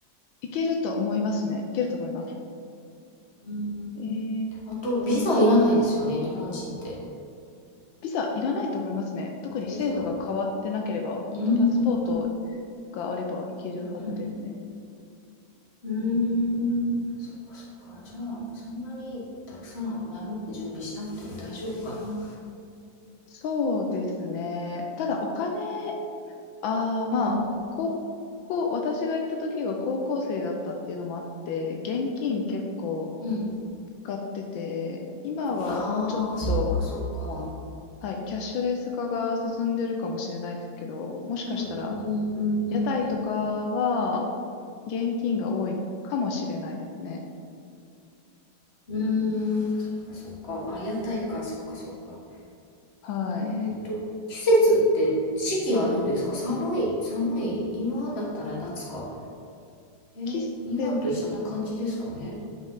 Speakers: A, on the left (about 80°); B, on the left (about 35°).
A: 行けると思いますね。行けると思います。
B: うん、
A: えーっと、
B: あと、ビザいらないですよね、日本人って。
A: ビザいらないと思いますね。特に制度が変わってなければ、
B: ビザ。
A: 本当パスポート
B: うんうんうんうん
A: があればいけるはずですね。
B: うんうーんそっかそっかじゃあそんなにたくさん前もって準備しなくても大丈夫かな
A: そうですね。ただお金、ああ、まあ、
B: うん
A: 高校、私が行った時が高校生だったっていうのもあって、現金結構
B: うん
A: 使ってて、今はもうちょっと、
B: ああーそっかそっか
A: はい、キャッシュレス化が進んでるかもしれないですけど、もしかしたら、
B: うんうんうんうんうん
A: 屋台とかは現金が多いかもしれないですね。
B: うんうーんそっかそっかあ屋台かそっかそっか
A: はい。
B: えっと季節って四季あるんですか寒い寒い今だったら夏かえー日本と一緒な感じですかね
A: 季節、